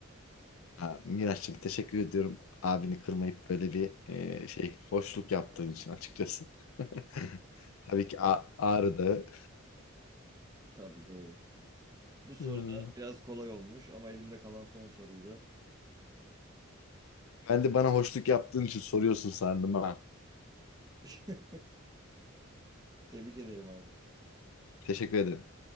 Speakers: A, on the left; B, on the right.
A: Ha, Miraç'cığım teşekkür ediyorum. Abini kırmayıp böyle bir e, şey hoşluk yaptığın için açıkçası. <laughs> Tabii ki A- Ağrı Dağı.
B: Tabii doğru. Bu soru
A: Hmm.
B: da biraz kolay olmuş ama elimde kalan son soruydu.
A: Ben de bana hoşluk yaptığın için soruyorsun sandım ha.
B: <laughs> Tebrik ederim abi.
A: Teşekkür ederim.